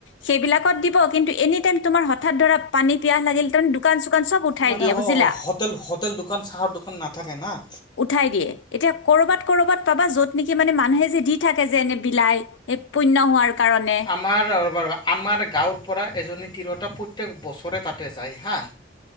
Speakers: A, on the left (about 85°); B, on the left (about 25°).
A: সেইবিলাকত দিব কিন্তু এনি টাইম তোমাৰ হঠাৎ ধৰা পানী পিয়াহ লাগিল তাৰমানে দোকান চোকান চব উঠাই
B: মানে
A: দিয়ে বুজিলা
B: হোটেল হোটেল দোকান চাহৰ দোকান নাথাকে না
A: উঠাই দিয়ে এতিয়া কৰবাত কৰ'বাত পাবা য'ত নেকি মানে মানুহে যে দি থাকে যে এনে বিলাই এই পুণ্য হোৱাৰ কাৰণে
B: আমাৰ ব আমাৰ গাঁৱৰ পৰা এজনী তিৰোতা প্ৰত্যেক বছৰে তাতে যায় হাঁ